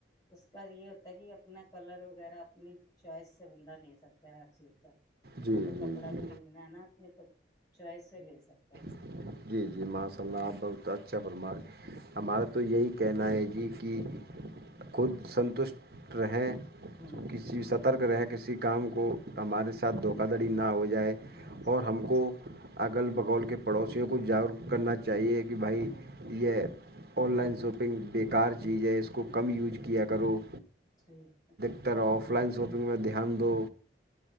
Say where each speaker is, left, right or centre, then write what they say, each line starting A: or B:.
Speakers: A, on the left (about 20°); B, on the right (about 55°).
A: اس کا یہ ہوتا ہے کہ اپنا کلر وغیرہ اپنی چوائس سے بندہ لے سکتا ہے ہر چیز کا
B: جی
A: کوئی
B: جی
A: کپڑا
B: جی
A: خریدنا ہے نا اپنے چوائس سے لے سکتا ہے
B: سکتا جی جی ماشاء اللہ
A: ہاں جی
B: آپ بہت اچھا اچھا فرمار ہمارا تو یہی کہنا ہے جی کہ خود سنتشٹ رہیں
A: ہوں
B: کسی سب سترک رہے کسی کام کو ہمارے ساتھ دھوکا دھڑی نہ ہو جائے
A: ہاں
B: اور
A: جی
B: ہم کو اگل بگول کے پڑوسیوں کو جاگروک کرنا چاہیے کہ بھائی
A: ہوں
B: یہ آن لائن شاپنگ بیکار چیز ہے اس کو کم یوج کیا کرو
A: ٹھیک ہے
B: ایک ترح آف لائن شاپنگ میں دھیان دو